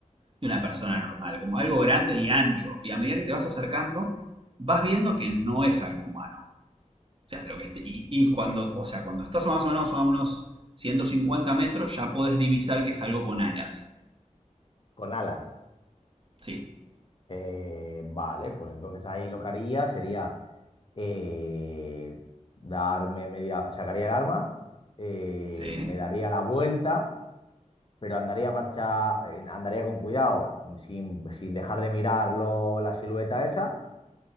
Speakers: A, on the right (about 45°); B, on the left (about 40°).
A: de una persona normal, como algo grande y ancho. Y a medida que te vas acercando, vas viendo que no es algo humano O sea, lo que esté- y, y cuando, o sea, cuando estás más o menos a unos 150 metros, ya podés divisar que es algo con alas.
B: con alas.
A: Sí,
B: Eh, vale, pues entonces ahí lo que haría sería eh, darme media, sacaría el arma, eh,
A: sí,
B: me daría la vuelta, pero andaría marcha, eh, andaría con cuidado, sin, sin dejar de mirarlo la silueta esa,